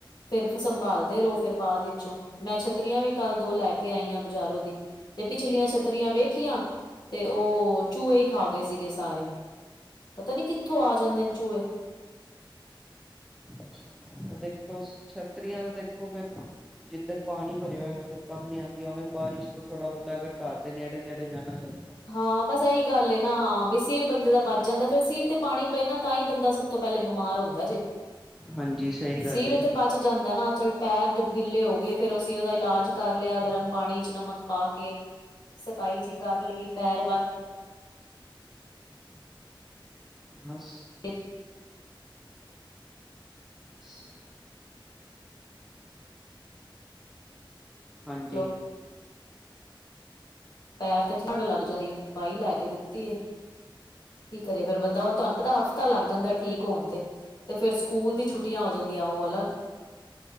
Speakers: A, on the left; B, in the centre.
A: ਫੇਰ ਸੰਭਾਲਦੇ ਰਹੋ, ਫੇਰ ਬਾਅਦ ਵਿੱਚੋਂ, ਮੈਂ ਛੱਤਰੀਆਂ ਵੀ ਕੱਲ ਦੋ ਲੈ ਕੇ ਆਈਆਂ ਬ- ਜ਼ਾਰੋ ਦੀ। ਜੇ ਪਿਛਲੀਆਂ ਛੱਤਰੀਆਂ ਵੇਖੀਆਂ ਤੇ ਉਹ, ਚੂਹੇ ਹੀ ਖਾ ਗਏ ਸੀਗੇ ਸਾਰੇ। ਪਤਾ ਨੀ ਕਿੱਥੋਂ ਆ ਜਾਂਦੇ ਨੇ ਚੂਹੇ।
B: ਅਛਾ ਦੇਖੋ ਛੱਤਰੀਆਂ ਦਾ ਦੇਖੋ ਫੇਰ ਜਿੱਧਰ ਪਾਣੀ ਭਰਿਆ ਹੋਆ, ਉੱਧਰ ਕੰਮ ਨੀ ਆਉਂਦੀ। ਉਵੇ ਬਾਰਿਸ਼ ਤੋਂ ਥੋੜਾ ਬੋਤਾ ਅਗਰ ਘਰ ਦੇ ਨੇੜੇ- ਤੇੜੇ ਜਾਣਾ ਹੋਏ।
A: ਹਾਂ ਬਸ ਇਹੀ ਗੱਲ ਐ। ਨਾ ਹਾਂ ਬਈ ਸਿਰ ਬੰਦੇ ਦਾ ਬਚ ਜਾਂਦਾ। ਫੇਰ ਸਿਰ ਤੇ ਪਾਣੀ ਪਏ ਨਾ ਤਾਂ ਹੀ, ਬੰਦਾ ਸਭ ਤੋਂ ਪਹਿਲੇ ਬਿਮਾਰ ਹੁੰਦਾ। ਹੂਦਾ ਜੇ,
B: ਹਾਂਜੀ ਸਹੀ
A: ਸੀਰ
B: ਗੱਲ ਏ
A: ਤੋ ਬਾਚ ਜਾਂਦਾ ਨਾ ਚੱਲ ਪੈਰ ਗਿੱਲੇ ਹੋ ਗਏ। ਫੇਰ ਅਸੀਂ ਉਹਦਾ ਇਲਾਜ ਕਰ ਲਿਆ, ਗਰਮ ਪਾਣੀ ਚ ਨਮਕ ਪਾ ਕੇ। ਸਕਾਈ ਜੀ ਕਰ ਲਈ। ਪੈਰ ਬਚ
B: ਬਸ
A: ਤੇ
B: ਸ ਹਾ ਹਾਂਜੀ।
A: ਚਲੋ ਪੈਰ ਤੇ ਠੰਢ ਲੱਗ ਜਾਂਦੀ ਐ। ਦਵਾਈ ਲੈ ਕੇ ਦਿੱਤੀ ਏ। ਕੀ ਕਰੇ ਫੇਰ ਬੰਦਾ ਹੁਣ, ਤੁਹਾਨੂੰ ਪਤਾ ਹਫ਼ਤਾ ਲੱਗ ਜਾਂਦਾ। ਠੀਕ ਹੋਣ ਤੇ, ਤੇ ਫੇਰ ਸਕੂਲ ਦੀ ਛੁੱਟੀਆਂ ਹੋ ਜਾਂਦੀਆਂ। ਉਹ ਅਲੱਗ।